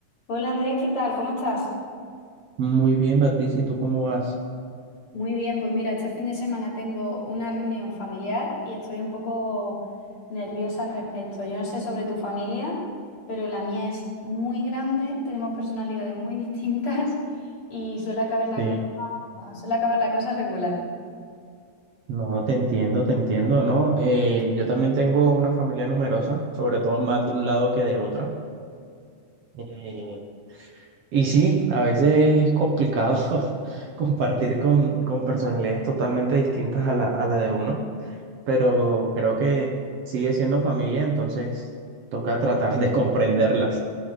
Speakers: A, on the left; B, on the right.
A: Hola Andrés, ¿qué tal? ¿Cómo estás?
B: Muy bien, Patricia, ¿y tú cómo vas?
A: Muy bien, pues mira, este fin de semana tengo una reunión familiar y estoy un poco nerviosa al respecto. Yo no sé sobre tu familia, pero la mía es muy grande, tenemos personalidades muy <laughs> distintas y suele acabar la
B: Sí,
A: cosa, suele acabar la cosa regular.
B: no, te entiendo, te entiendo, ¿no? Eh, yo también tengo una familia numerosa, sobre todo más de un lado que de otra. Eh, y sí, a veces es complicado <laughs> compartir con, con personalidades totalmente distintas a la, a la de uno, pero creo que sigue siendo familia, entonces toca tratar de comprenderlas.